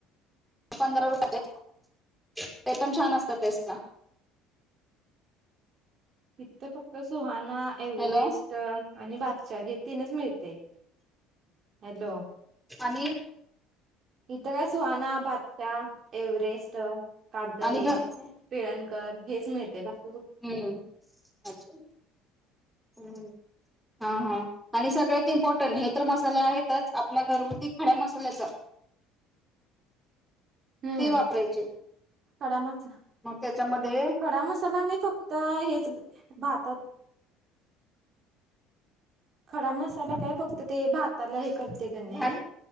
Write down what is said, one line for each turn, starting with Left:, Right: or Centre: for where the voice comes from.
Centre: पंधरा रुपये ते पण छान असत टेस्ट ला.
Right: हित फक्त सुहाना, एव्हरेस्ट
Centre: हॅलो
Right: आणि बादशहा हे तीनच मिळते. हॅलो.
Centre: आणि
Right: इथं काय सुहाना, बादशहा, एव्हरेस्ट, काटदरे
Centre: आणि घरचं
Right: पिळणकर हेच मिळतय, बाकी कायऽ
Centre: हम्म अच्छा, हम्म. हा हा, आणि सगळ्यात इम्पॉर्टंट, हे तर मसाले आहेतच, आपल्या घरगुती खड्या मसाल्याचा.
Right: हम्म,
Centre: ते वापरायचे
Right: खड्या मसाऽ
Centre: मग त्याच्यामध्येऽ
Right: खडा मसाला मी फक्त हेच भातातऽ खडा मसाला काय फक्त ते भात ताला
Centre: हम्म
Right: हे करते का नाही,
Centre: भात